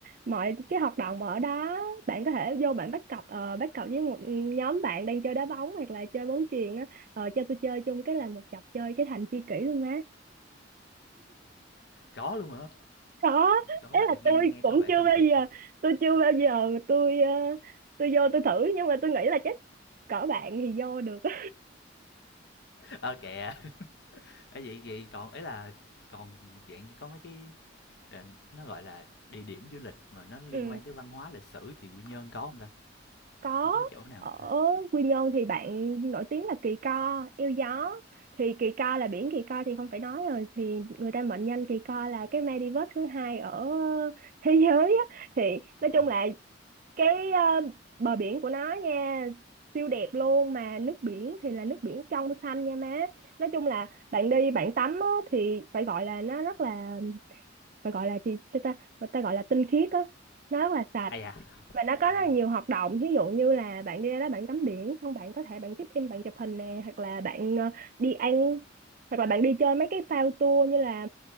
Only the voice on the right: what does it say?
mọi cái hoạt động ở đó bạn có thể vô bạn bắt cặp ờ, bắt cặp với một nhóm bạn đang chơi đá bóng hoặc là chơi bóng chuyền á, ờ, cho tôi chơi chung cái là một chọc chơi cái thành tri kỷ luôn má.
có
ấy
là
tôi
cũng
chưa
bao
giờ
tôi chưa bao giờ mà tôi ờ, tôi vô tôi thử nhưng mà tôi nghĩ là chắc cỡ bạn thì vô được <laughs> á.
ừ,
có
ở
Quy Nhơn thì bạn nổi tiếng là Kỳ Co Yêu Gió thì Kỳ Co là biển Kỳ Co thì không phải nói rồi thì người ta mệnh danh Kỳ Co là cái Maldives thứ hai ở thế giới á thì nói
chung là cái ờ, bờ biển của nó nha siêu đẹp luôn mà nước biển thì là nước biển trong xanh nha má nói chung là bạn đi bạn tắm á, thì phải gọi là nó rất là phải gọi là gì sao ta người ta gọi là tinh khiết á nó rất là sạch
và nó có rất
là nhiều hoạt động ví dụ như là bạn đi ra đó bạn tắm biển xong bạn có thể bạn check in bạn chụp hình nè hoặc là bạn ờ, đi ăn hoặc là bạn đi chơi mấy cái phao tour như là